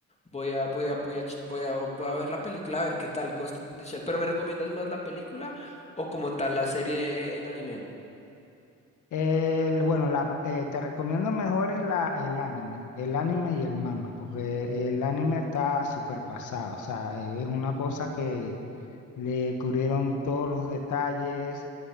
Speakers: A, on the left; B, on the left.
A: voy a, voy a, voy a, ch- voy a, voy a ver la película a ver qué tal Ghost in the Shell. Pero ¿me recomiendas más la película o como tal la serie en anime?
B: El- bueno, la, eh, te recomiendo mejor es la, el anime, el anime y el manga, porque el anime está súper pasado, o sea, eh, es una cosa que le cubrieron todos los detalles,